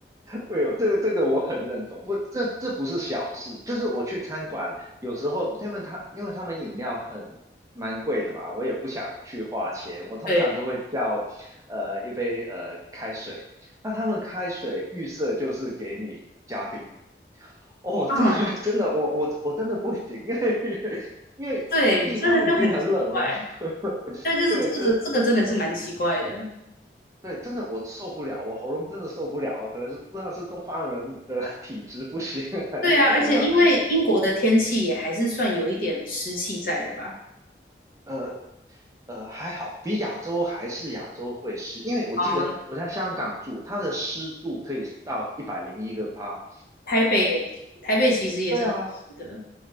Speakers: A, on the right (about 20°); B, on the left (about 55°).
A: 对哦，这个这个我很认同，不，这这不是小事，就是我去餐馆，有时候他们他因为他们饮料很蛮贵的吧，我也不想去花钱，我通常都会叫呃一杯呃开水，
B: 对，
A: 那他们开水预设就是给你加冰，哦，
B: 嗯，
A: 这个真的我我我真的不行，因为 <laughs> 因为他地方已经很冷了，
B: 对，这个就很奇怪，
A: <laughs>
B: 但就是这个这个真的是蛮奇怪的。
A: 对，这对，真的我受不了，我喉咙真的受不了，可能是不知道是东方人的 <laughs> 体质不行还是怎么样。
B: 对啊，而且因为英国的天气也还是算有一点湿气在的吧。
A: 呃呃，还好，比亚洲还是亚洲会湿，因为我记得我在香港住，
B: 嗯，
A: 它的湿度可以到一百零一个帕。
B: 台北也，台北其实也是很湿的，
A: 对啊，